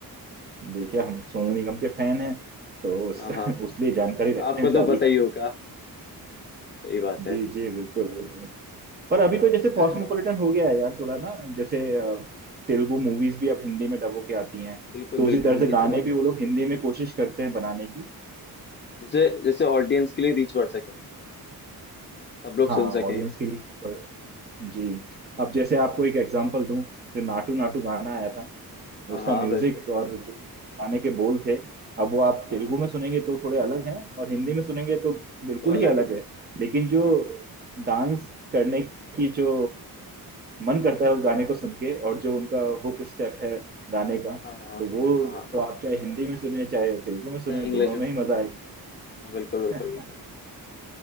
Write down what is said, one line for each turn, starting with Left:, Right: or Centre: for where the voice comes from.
Right: देखिए हम सोनू निगम के फैन हैं तो उस,
Left: हाँ
Right: <laughs>
Left: हाँ
Right: उस लिए जानकारी रखते
Left: आपको
Right: हैं सारी
Left: तो पता ही होगा सही बात है
Right: जी जी बिल्कुल बिल्कुल पर अभी तो जैसे कॉस्मोपॉलिटन
Left: यार
Right: हो गया है यार थोड़ा ना जैसे अ, तेलुगु मूवीज भी अब हिंदी में डब होके आती हैं
Left: बिल्कुल
Right: तो
Left: बिल्कुल
Right: उसी तरह
Left: हाँ
Right: से
Left: ये
Right: गाने
Left: तो बात
Right: भी
Left: है
Right: वो लोग हिंदी में कोशिश करते हैं बनाने की
Left: जैसे जैसे ऑडियंस के लिए रीच बढ़ सके सब लोग
Right: हाँ
Left: सुन
Right: ऑडियंस
Left: सकें
Right: की रीच पर जी अब जैसे आपको एक एग्जांपल दूं जो नाटू नाटू गाना आया था
Left: हाँ
Right: उसका
Left: हाँ
Right: म्यूजिक
Left: बिल्कुल
Right: और जो गाने के बोल थे अब वो आप तेलुगु
Left: हाँ हाँ
Right: में सुनेंगे तो थोड़े अलग हैं और हिंदी में सुनेंगे तो बिल्कुल
Left: तो अलग
Right: ही अलग
Left: है
Right: है लेकिन जो
Left: हाँ हाँ
Right: डांस करने की जो मन करता है उस गाने को सुन के और जो उनका हुक स्टेप है गाने का
Left: हाँ हाँ
Right: तो वो
Left: हाँ हाँ
Right: तो आप चाहे हिंदी में सुने चाहे तेलुगु में सुने
Left: चाहे इंग्लिश
Right: दोनों
Left: में
Right: में
Left: सुने
Right: ही मजा आएगा
Left: हाँ बिल्कुल बिल्कुल
Right: <laughs>
Left: बिल्कुल